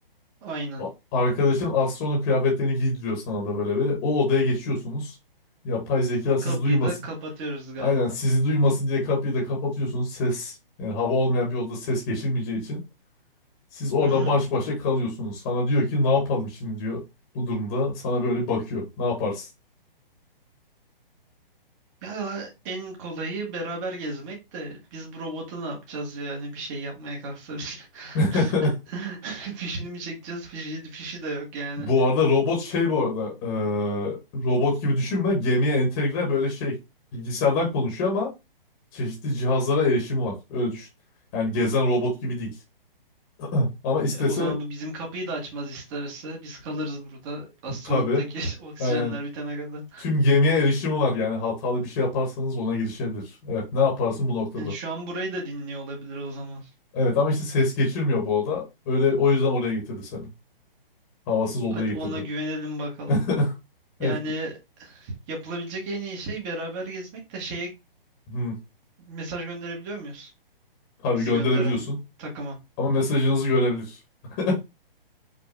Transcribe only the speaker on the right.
Aynen.
Kapıyı
da kapatıyoruz galiba.
Hı hı.
Ya en kolayı beraber gezmek de biz bu robotu ne yapacağız ya? yani bir şey yapmaya kalksa biz.
<laughs> Fişini mi çekeceğiz? Fişi, fişi de yok yani.
E, o zaman bu bizim kapıyı da açmaz isterse. Biz kalırız burada. Astronottaki
<laughs> oksijenler
bitene kadar.
Yani şu an burayı da dinliyor olabilir o zaman.
Hadi
ona güvenelim bakalım.
Yani
yapılabilecek en iyi şey beraber gezmek de şeye
mesaj gönderebiliyor muyuz?
Bizi
gönderen takıma.